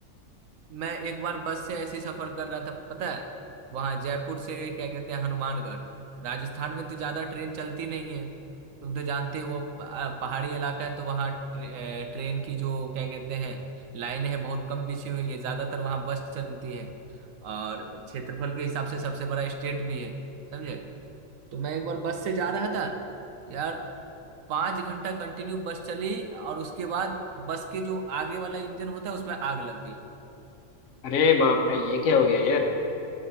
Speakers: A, on the right; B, on the left.
A: मैं एक बार बस से ऐसे ही सफर कर रहा था पता है वहां जयपुर से क्या कहते हैं हनुमानगढ़ राजस्थान में तो ज्यादा ट्रेन चलती नहीं है तुम तो जानते हो वो प- आ, पहाड़ी इलाका है तो वहाँ ट्रे, अ, ट्रेन की जो क्या कहते हैं लाइन है बहुत कम बिछी हुई है ज्यादातर वहाँ बस चलती है और क्षेत्रफल के हिसाब से सबसे बड़ा स्टेट भी है समझे तो मैं एक बार बस से जा रहा था यार पांच घंटा कंटिन्यू बस चली और उसके बाद बस के जो आगे वाला इंजन होता है उसमें आग लग गई
B: अरे बाप रे ये क्या हो गया यार